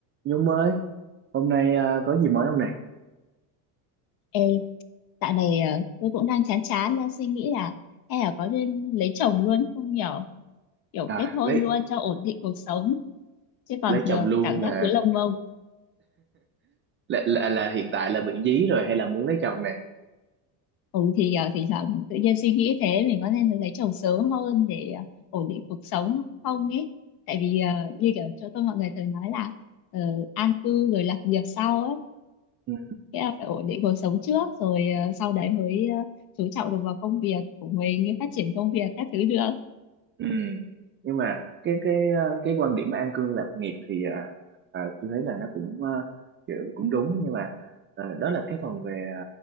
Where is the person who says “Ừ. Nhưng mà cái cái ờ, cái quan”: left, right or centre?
Right